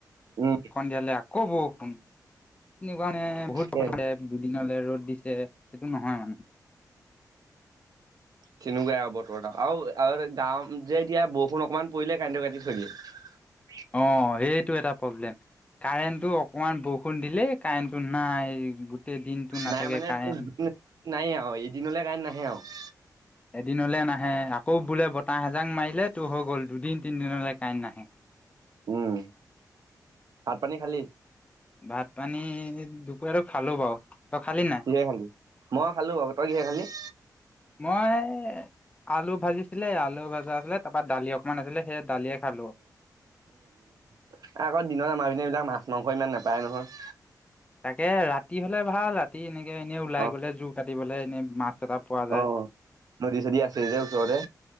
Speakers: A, on the right; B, on the left.
A: উম,
B: সন্ধিয়ালে আকৌ বৰষুণ। বহুত
A: সেয়াই।
B: <unintelligible> দুদিনৰ ৰ'দ দিছে। সেইটো নহয় মানে।
A: তেনেকুৱাই আৰু। <unintelligible> আৰু, আৰু গাঁৱ যে, এতিয়া বৰষুণ অকমান পৰিলে কান্দে কাটি থয় দিয়ে। <inaudible>
B: অ' সেইটো এটা প্ৰব্লেম। কাৰেণ্টটো অকমান বৰষুণ দিলে কাৰেণ্টটো নাই গোটেই দিনটো নাথাকে
A: নাই মানে
B: কাৰেণ্ট।
A: নাই আৰু এদিনলৈ কাই নাহে আৰু
B: এদিনলৈ নাহে আকৌ বোলে বতাহ এজাক মাৰিলে তো হৈ গ'ল দুদিন তিনিদিনলৈ কাঁইণ্ট নাহে
A: উম ভাত পানী খালি
B: ভাত পানী দুপৰীয়াটো খালো বাৰু তই খালি নাই?
A: ঘহে খালি মই খালো বাৰু তই ঘহে খালি
B: মই আলু ভাজিছিলে আলু ভাজা আছিলে তাৰপা দালি অকমান আছিলে সেই দালিয়ে খালোঁ
A: আৰু আগৰ দিনৰ আমাৰ পনেবলাক মাছ মাংস ইমান নাপায় নহয়
B: তাকে ৰাতি হলে ভাল ৰাতি এনেকে এনে ওলাই
A: অ
B: গলে জোৰ কাটিবলে এনে মাছ চটা পোৱা যায়
A: অ নদী চদী আছে যে ওচৰতে